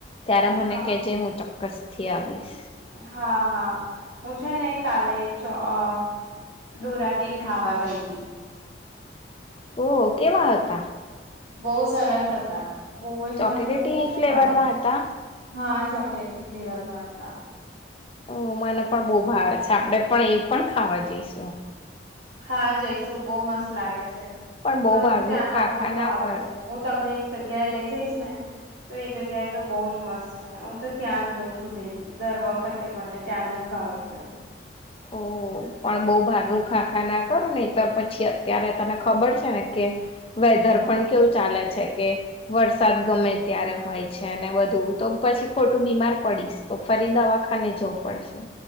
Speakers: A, on the left (about 30°); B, on the right (about 80°).
A: ત્યારે મને
B: હા
A: કેજે હું <unintelligible>
B: હા હા હું છે ને કાલે ચ અ ડોરા કેક ખાવા ગઈ હતી.
A: <inaudible>
B: બઉ સરસ હતા. બઓ જ
A: ચોકલેટી
B: મને તો બહુ જ
A: ફ્લેવરમાં
B: ભાવે
A: હતા?
B: હા ચોકલેટી ફ્લેવર માં હતા.
A: ઓ મને પણ બઉ ભાવે છે. આપડે પણ એ પણ ખાવા જઈશું.
B: હા જઈશું બો મસ્ત લાગે છે.
A: પણ બહુ
B: મને
A: બહારનું
B: તો ત્યાં ના
A: ખા
B: બહું
A: ખા
B: ભાવે
A: કર
B: છે. હું તમને જગ્યાએ લઈ જઈશ ને તો એ જગ્યાએ તો બોઉ જ મસ્ત છે. હું તો ત્યાં જ જઉં છુ <unintelligible> દર વખતે મને ત્યાંના જ ભાવે છે.
A: ઓ પણ બો બારનું ખાખા ના કર નઈ તો પછી અત્યારે તને ખબર છે ને કે વેધર
B: હા.
A: પણ કેવું ચાલે છે કે વરસાદ ગમે ત્યારે હોય છે અને વધું તો પછી ખોટું બીમાર પડીશ તો ફરી દવાખાને જવું પડશે.